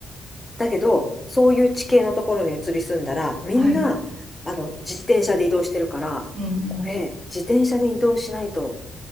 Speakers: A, on the left; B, on the right.
A: だけど、そういう地形のところに移り住んだら、みんな、
B: はい。
A: あの、自転車で移動してるから、
B: うんうん。
A: これ、自転車で移動しないと